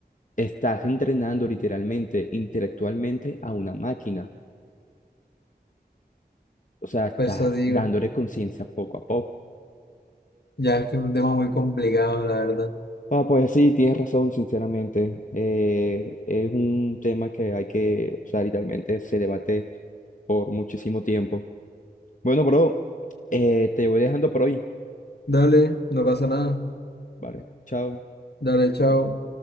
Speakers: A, on the left; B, on the left.
A: estás entrenando literalmente, intelectualmente a una máquina. O sea, estás
B: Por eso digo,
A: dándole conciencia poco a poco.
B: ya es que es un tema muy complicado, la verdad.
A: Ah, pues sí, tienes razón, sinceramente. Eh, es un tema que hay que, o sea, literalmente se debate por muchísimo tiempo. Bueno, bro, eh, te voy dejando por hoy.
B: Dale, no pasa nada.
A: Vale, chao.
B: Dale, chao.